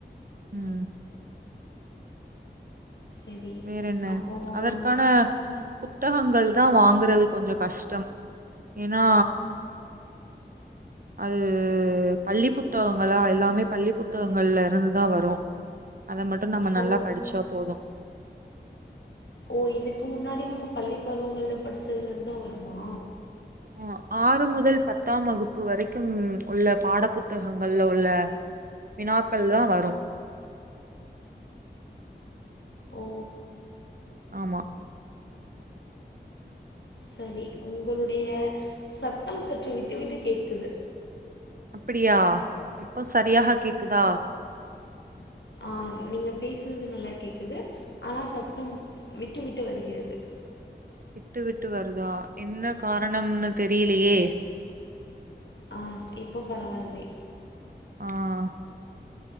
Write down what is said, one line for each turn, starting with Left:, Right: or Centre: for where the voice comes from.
Right: உம்
Left: சரி
Right: வேற என்ன
Left: அப்போ
Right: அதற்கான
Left: நம்ம
Right: புத்தகங்கள் தான் வாங்குறது கொஞ்சம் கஷ்டம் ஏன்னா அது பள்ளி புத்தகங்களா எல்லாமே பள்ளி புத்தகங்கள்ல இருந்துதான் வரும் அதை மட்டும் நம்ம நல்லா
Left: ஓ
Right: படிச்சா போதும்
Left: ஓ இதுக்கு முன்னாடி நம்ம பள்ளி பருவங்கள்ல படிச்சதுல இருந்தான் வருமா
Right: ஆஹ் ஆறு முதல் பத்தாம் வகுப்பு வரைக்கும் உள்ள பாட புத்தகங்கள்ல உள்ள வினாக்கள் தான் வரும்
Left: ஓ
Right: ஆமா
Left: சரி உங்களுடைய சத்தம் சற்று விட்டு விட்டு கேட்குது
Right: அப்படியா இப்போ சரியாக கேக்குதா
Left: ஆஹ் நீங்க பேசுறது நல்லா கேக்குது ஆனா சத்தம் விட்டு விட்டு வருகிறது
Right: விட்டு விட்டு வருதா என்ன காரணம்னு தெரியலையே
Left: ஆஹ் இப்போ பராவல்லே
Right: ஆஹ்